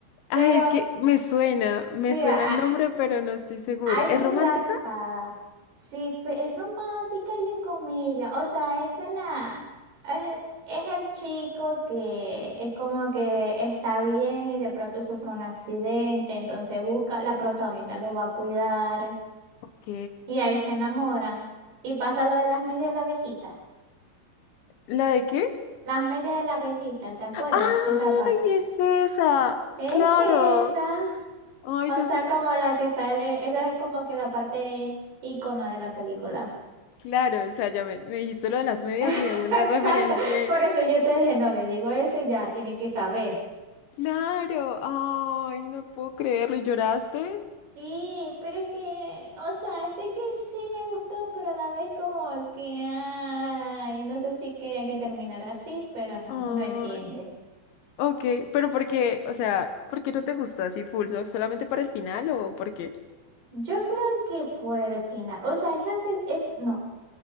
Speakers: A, on the left (about 70°); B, on the right (about 50°).
A: Ay,
B: Pero
A: es que me suena,
B: sí,
A: me suena
B: a-
A: el nombre, pero no estoy segura.
B: Ay,
A: ¿Es
B: estoy
A: romántica?
B: raspada. Sí, pe- es romántica y de comedia. O sea, es de la... Es, es el chico que es como que está bien y de pronto sufre un accidente, entonces busca, la protagonista lo va a cuidar
A: Ok.
B: y ahí se enamoran. Y pasa lo de las medias de la abejita.
A: ¿La de qué?
B: Las medias de la abejita, ¿te acuerdas
A: ¡Ay,
B: de esa parte?
A: es esa!
B: Es
A: ¡Claro!
B: esa.
A: ¡Ay,
B: O
A: esa
B: sea,
A: es súper
B: como la
A: triste!
B: que sale, esa es como que la parte ícono de la película.
A: Claro, o sea, ya me, me dijiste lo de las medias
B: <laughs>
A: y de una
B: Exacto.
A: referencié.
B: Por eso yo te dije, no le digo eso y ya tiene que saber.
A: ¡Claro! ¡Ay, no puedo creerlo! ¿Y lloraste?
B: Sí, pero es que, o sea, este que sí me gustó, pero a la vez como que, ay, no sé si quería que terminara así, pero ajá,
A: ¡Ay!
B: uno entiende.
A: Ok, pero ¿por qué? O sea, ¿por qué no te gustó así full? ¿Sol- ¿Solamente para el final o por qué?
B: Yo creo que por el final, o sea, esa pel- es, no,